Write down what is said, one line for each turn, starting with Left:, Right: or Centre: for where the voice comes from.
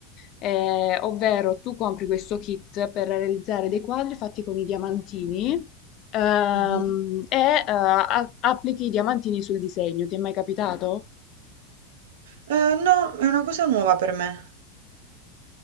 Left: eh, ovvero tu compri questo kit per realizzare dei quadri fatti con i diamantini. ehm,
Right: Mhm.
Left: e eh, a- applichi i diamantini sul disegno, ti è mai capitato?
Right: Eh, no, è una cosa nuova per me.